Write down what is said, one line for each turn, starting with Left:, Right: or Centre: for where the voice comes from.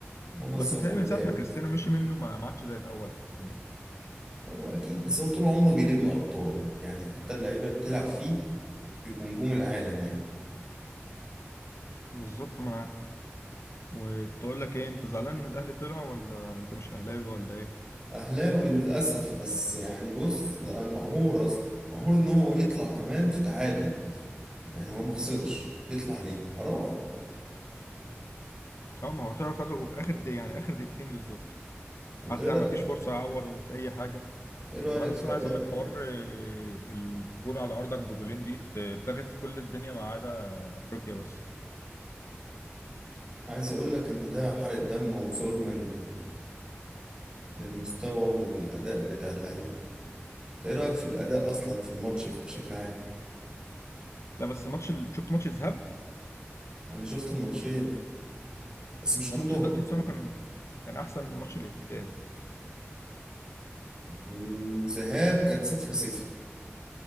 Right: منظم
Left: بس متهيألي
Right: واداري
Left: من ساعة ما كريستيانو مشي منه ما ما عادش زي الاول برضه.
Right: هو اكيد بس هو طول عمره بيلم ابطال يعني حتى اللعيبه اللي بتلعب فيه بيبقوا نجوم العالم يعني
Left: بالظبط ما عارف وكنت اقول لك ايه انت زعلان ان الاهلي طلع ولا انت مش اهلاوي ولا ايه
Right: اهلاوي للاسف بس يعني بص ده مقهور اصلا مقهور ان هو يطلع كمان في تعادل يعني هو ما خسرش يطلع ليه حرام
Left: اه ما هو طلع تعادل وفي اخر دقيقة يعني اخر دقيقتين بالظبط
Right: انت
Left: حتى
Right: ايه رايك
Left: ما فيش فرصة يعوض ولا في اي حاجة
Right: ايه رايك
Left: وكمان اصلا
Right: في اداء
Left: عايز اقول لك حوار آه، الجول على ارضك بجولين دي ات- اتلغت في كل الدنيا ما عدا افريقيا بس
Right: عايز اقول لك ان ده حرق دم وظلم لل... للمستوى والاداء بتاع اللعيبه انت ايه رايك في الاداء اصلا في الماتش بشكل عام
Left: لا بس ماتش ال... شفت ماتش الذهاب
Right: انا شفت الماتشين بس مش
Left: ده
Right: كلهم
Left: ماتش الذهاب تحس إن هو كان كان احسن من ماتش الاياب
Right: الذهاب كان صفر صفر